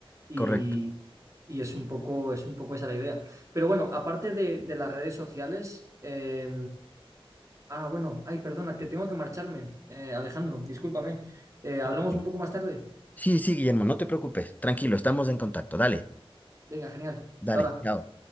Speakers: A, on the right (about 30°); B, on the left (about 15°).
A: y,
B: correcto.
A: y es un poco, es un poco esa la idea. Pero bueno, aparte de, de las redes sociales, eh, ah, bueno, ay, perdona, que tengo que marcharme. Eh, Alejandro, discúlpame. Eh, hablamos
B: Tranquilo.
A: un poco más tarde.
B: Sí, sí, Guillermo, no te preocupes. Tranquilo, estamos en contacto. Dale.
A: Venga, genial.
B: Dale,
A: Hasta ahora.
B: chao.